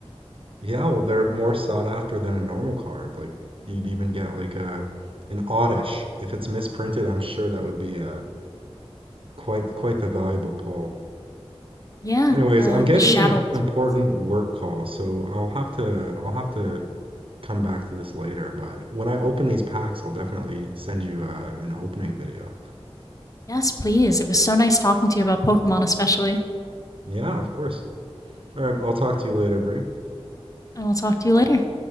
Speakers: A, on the right; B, on the left.
A: Yeah, well they're more sought after than a normal card. Like you'd even get like a an oddish. If it's misprinted, I'm sure that would be a quite quite the valuable pull.
B: Yeah,
A: Anyways,
B: the
A: I'm getting
B: the shadowless
A: an important
B: ones.
A: work call, so I'll have to I'll have to come back to this later, but when I open these packs, I'll definitely send you uh, an opening video.
B: Yes, please. It was so nice talking to you about Pokemon especially.
A: Yeah, of course. All right, I'll talk to you later, Bria.
B: I will talk to you later.